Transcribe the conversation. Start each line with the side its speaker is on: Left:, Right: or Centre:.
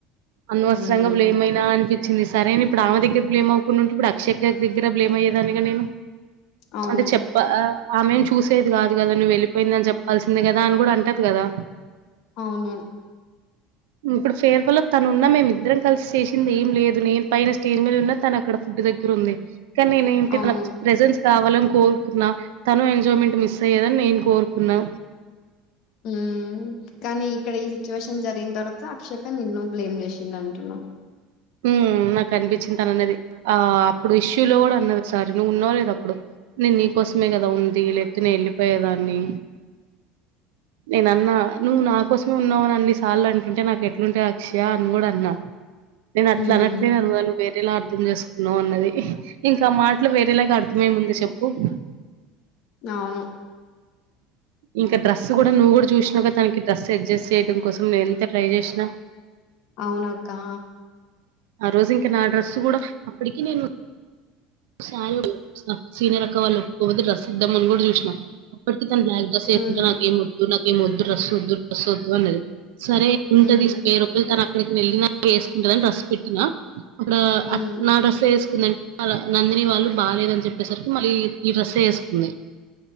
Right: అనవసరంగా
Left: ఉమ్
Right: బ్లేమ్ అయినా అనిపిత్ వచ్చంది సరే ఇప్పుడు ఆమె దగ్గర బ్లేమ్ అవుకొని ఉంటే ఇప్పుడు అక్షయ దగ్గర బ్లేమ్ అయ్యేదాన్నిగా నేను.
Left: అవును
Right: అంటే చెప్పా ఆమెను చూసేది కాదు కదా నువ్వు వెళ్ళిపోయిందని చెప్పాల్సిందే కదా అని కూడా అంటది కదా.
Left: అవును
Right: ఇప్పుడు ఫేర్వల్ లో తను ఉన్నా మేమిద్దరం కలిసి చేసింది ఏం లేదు. నేను పైన స్టేజ్ మీద ఉన్నా తను అక్కడ ఫుడ్ దగ్గర ఉంది. కానీ నేను ఏంటి
Left: అవును
Right: ప్రెజెన్స్ కావాలని కోరుకున్నా తను ఎంజాయ్మెంట్ మిస్ అయ్యేదని నేను కోరుకున్నా
Left: ఉ కానీ ఇక్కడ ఈ సిచ్యువేషన్ జరిగిన తర్వాత అక్షక నిన్ను బ్లేమ్ చేసింది అంటున్నా
Right: ఉమ్ నాకు అనిపించింది తను అన్నది ఆ అప్పుడు ఇష్యూలో కూడా అన్నది సారి నువ్వు ఉన్నావు లేదా అప్పుడు నేను నీకోసమే కదా ఉంది లేకపోతే నే ఎళ్ళిపోయేదాన్ని నేనన్నా నువ్వు నా కోసమే ఉన్నావని అన్ని సార్లు అంటుంటే నాకు ఎట్లుంటది అక్షయ అని కూడా అన్నా నేను అట్ల
Left: ఉమ్
Right: అనట్లేదు నువ్వు వేరేలా అర్థం చేసుకున్నావు అన్నది ఇ త మాటలు వేరేలాగా అర్థం ఏముంది చెపు కు
Left: అవును
Right: ఇంకా డ్రెస్ కూడా నువ్వు కూడా చూసినావు కదా తనకి డ్రస్ అడ్జస్ట్ చేయడం కోసం నీను ఎంత ట్రై చేసినా
Left: అవును కా
Right: ఆ రోజు ఇంకా నా డ్రెస్సు కూడా అప్పటికి నేను <inaudible> సీనియర్ అక్కవాళ్ళు ఒప్పుకోకపోతే డ్రెస్ ఇద్దామని కూడా చూసిన <inaudible> సేపుంటదో
Left: ఉమ్
Right: నాకేమి గుర్తుండదు ఏమొద్దు డ్రెస్ వద్దు డ్రెస్ వద్దు అన్నది సరే ఉంటదిస్
Left: ఉమ్
Right: ఏరోక్కలు తన అక్కకి నెల్న వేసుకుంటని రసి పెట్టినా అక్కడ
Left: ఉమ్
Right: అట్ నా డసుసుకుందండి అలో నందిని వాళ్ళు బాగాలేదని చెప్పేసరికి మళ్ళీ ఈ డస్స వేస్తుంది